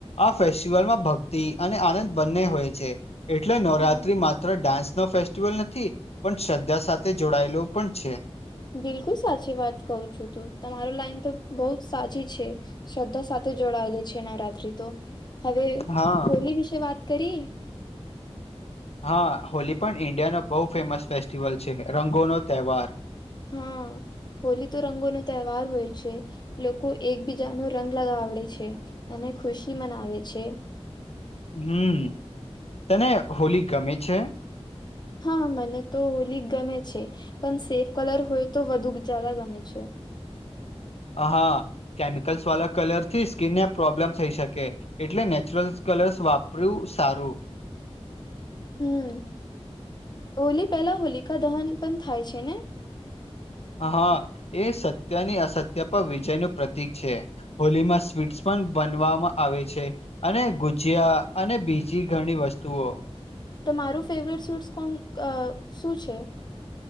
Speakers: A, on the left (about 70°); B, on the left (about 40°).
A: આ ફેસ્ટિવલમાં ભક્તિ અને આનંદ બંને હોય છે એટલે નવરાત્રીમાં
B: હા
A: માત્ર ડાન્સ નો ફેસ્ટિવલ નથી પણ શ્રદ્ધા સાથે જોડાયેલો પણ છે.
B: બિલકુલ સાચી વાત કું છું, તું તમારો લાઈન તો બહ સાચી છે. શ્રદ્ધા સાથે જોડાયેલી છે, નવરાત્રિ તો હવે
A: હા
B: હોલી વિશે વાત કરી.
A: હા હોલી પણ ઇન્ડિયાનો બહુ ફેમસ ફેસ્ટિવલ છે, રંગો નો તહેવાર. <inaudible>
B: હા હોલી તો રંગો નો તહેવાર હોય છે. લોકો એકબીજા નુ રંગ લગાવડે છે, અને ખુશી મનાવે છે.
A: હમ્મ તને હોલી ગમે છે.
B: હા મને તો હોલી ગમે છે, પણ સેફ કલર હોય તો વધુ જદા ગમે છે.
A: હા કેમિકલ્સ વાળા કલર થી સ્કીિન ને પ્રોબ્લેમ થઈ શકે. એટલે નેચરલ કલર્સ વાપર્યું સારું.
B: હમ હોલી પેલા હોલિકા દહન પણ થાય છે, ને.
A: હા એ સત્યની અસત્ય પર વિજય નું પ્રતિક છે. હોલીમાં સ્વીટ્ પણ બનવામાં આવે છે. અને ગુજિયા અને બીજી ઘણી વસ્તુઓ.
B: તો મારું ફેવરેટ સ્વિસ કોણ અ શું છે.